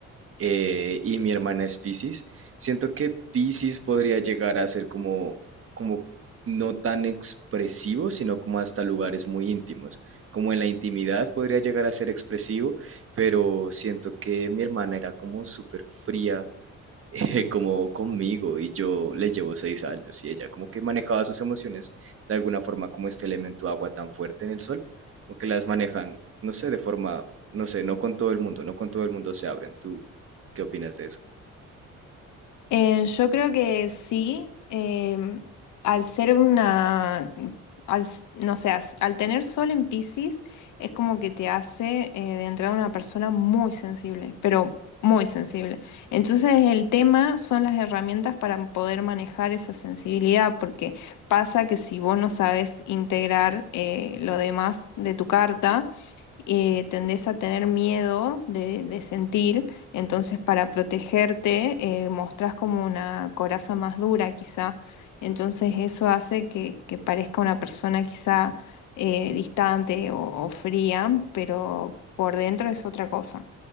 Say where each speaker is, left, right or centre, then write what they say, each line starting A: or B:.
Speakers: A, on the right (about 45°); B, on the left (about 80°).
A: eh, y mi hermana es Piscis. Siento que Piscis podría llegar a ser como, como no tan expresivo, sino como hasta lugares muy íntimos. Como en la intimidad podría llegar a ser expresivo, pero siento que mi hermana era como súper fría <laughs> eh, como conmigo y yo le llevo seis años y ella como que manejaba sus emociones de alguna forma como este elemento agua tan fuerte en el sol, como que las manejan, no sé, de forma, no sé, no con todo el mundo, no con todo el mundo se abren. ¿Tú qué opinas de eso?
B: Eh, yo creo que sí, em, al ser una, al, s- no sé, as- al tener sol en Piscis, es como que te hace eh, de entrada una persona muy sensible, pero muy sensible. Entonces el tema son las herramientas para poder manejar esa sensibilidad, porque pasa que si vos no sabes integrar eh, lo demás de tu carta, eh, tendés a tener miedo de, de sentir. Entonces, para protegerte, eh, mostrás como una coraza más dura, quizá. Entonces, eso hace que, que parezca una persona quizá eh, distante o, o fría, pero por dentro es otra cosa.